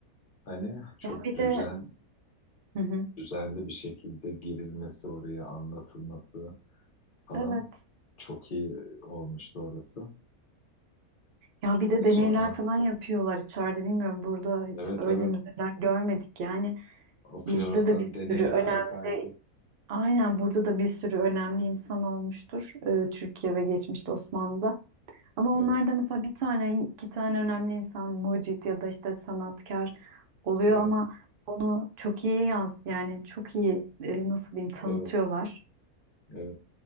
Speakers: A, on the left (about 40°); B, on the right (about 60°).
A: Hani çok
B: Ya bir
A: düzen,
B: de hı hı.
A: düzenli bir şekilde girilmesi oraya anlatılması falan.
B: Evet.
A: Çok iyi e, olmuştu orası.
B: Ya bir de
A: E Evet.
B: deneyler
A: sonra
B: falan yapıyorlar içeride bilmiyorum burada hiç
A: evet
B: öyle
A: evet
B: müzeler görmedik yani
A: o floresan
B: bizde de bir
A: deneyi
B: sürü
A: harikaydı.
B: önemli aynen burada da bir sürü önemli insan olmuştur e, Türkiye ve geçmişte Osmanlı'da ama
A: Evet
B: onlar da mesela bir tane iki tane önemli insan mucit ya da işte sanatkar oluyor
A: evet
B: ama onu çok iyi yans yani çok iyi e, nasıl diyeyim tanıtıyorlar
A: evet evet.